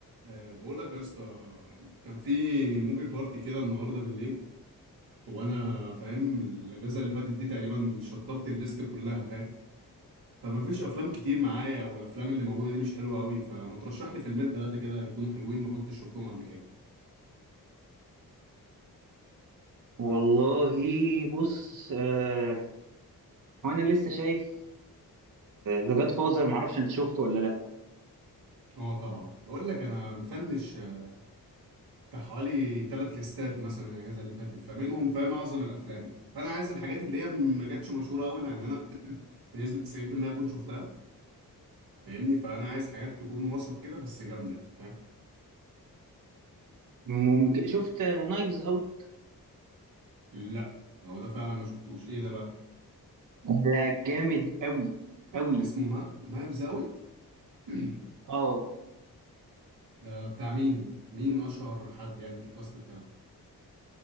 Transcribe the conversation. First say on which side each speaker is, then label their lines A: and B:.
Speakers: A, on the right (about 75°); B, on the right (about 55°).
A: أه بقول لك يا اسطى كان في موفي بارتي كده النهارده بالليل وانا فاهم الاجازه اللي فاتت دي تقريبا شطبت الليست كلها فاهم فما فيش افلام كتير معايا او الافلام اللي موجوده دي مش حلوه قوي فما ترشح لي فيلمين ثلاثه كده يكونوا حلوين ما كنتش شفتهم قبل كده
B: والله بص آه وانا لسه شايف ذا جاد فازر معرفش انت شفته ولا لا
A: اه طبعا بقول لك انا مفنش آه، بتاع حوالي ثلاث ليستات مثلا الاجازه اللي فاتت فمنهم فاهم اعظم الافلام فانا عايز الحاجات اللي هي ما كانتش مشهوره قوي لان انا <clears throat> بنسبه 90% اكون شفتها فاهمني فانا عايز حاجات تكون وسط كده بس جامده فاهم
B: ممكن شفت نايفز اوت
A: لا هو ده فعلا ما شفتوش ايه ده بقى
B: ده جامد قوي قوي
A: اسمه نا... نايفز اوت <clears throat>
B: اه
A: ده بتاع مين مين اشهر حد يعني في الكاست بتاعه